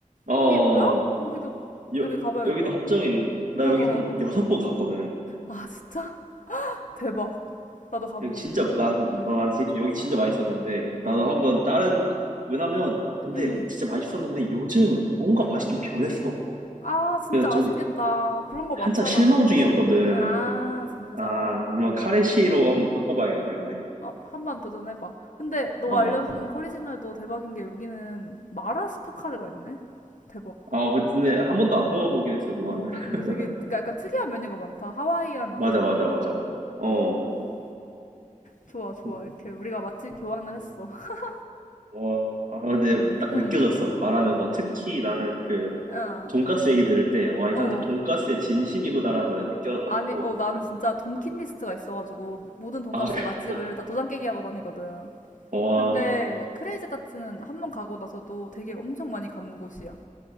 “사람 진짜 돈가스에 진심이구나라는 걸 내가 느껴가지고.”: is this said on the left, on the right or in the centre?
Right